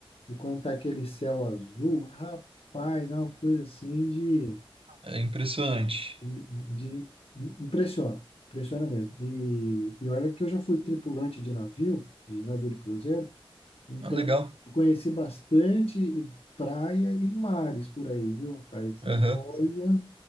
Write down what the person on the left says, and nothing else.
E quando tá aquele céu azul, rapaz, é uma coisa assim de,
de impressiona, impressiona mesmo. E, e olha que eu já fui tripulante de navio, de navio de cruzeiro, então
eu conheci bastante praia e mares por aí, viu, rapaz?
E olha,